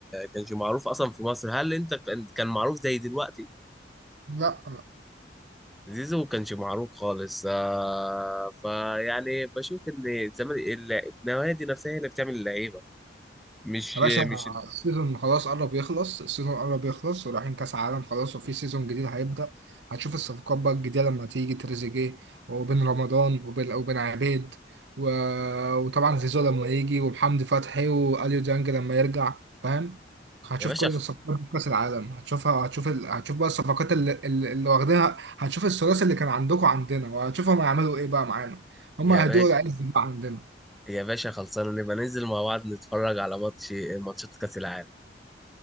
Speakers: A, in the centre; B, on the right.
A: كانش معروف اصلا في مصر هل انت كان كان معروف زي دلوقتي
B: لا
A: زيزو كانش معروف خالص آه فيعني بشوف ان الزمالك النوادي نفسها هي اللي بتعمل اللعيبه مش
B: يا باشا
A: مش
B: السيزون خلاص قرب يخلص السيزون قرب يخلص ورايحين كاس عالم خلاص وفي سيزون جديد هيبدأ هتشوف الصفقات بقى الجديدة لما تيجي تريزيجيه وبن رمضان وبن وبن عبيد و... وطبعا زيزو لما يجي ومحمدي فتحي واليو ديانج لما يرجع فاهم هتشوف
A: يا باشا
B: كل
A: خ-
B: الصفقات في كاس العالم هتشوفها هتشوف ال... هتشوف بقى الصفقات اللي, اللي اللي واخدينها هتشوف الثلاثي اللي كان عندكم عندنا وهتشوفهم هيعملوا ايه بقى معانا هم
A: يا
B: هيدوقوا
A: باشا
B: العز بقى عندنا
A: يا باشا خلصانه نبقى ننزل مع بعض نتفرج على ماتش ماتشات كاس العالم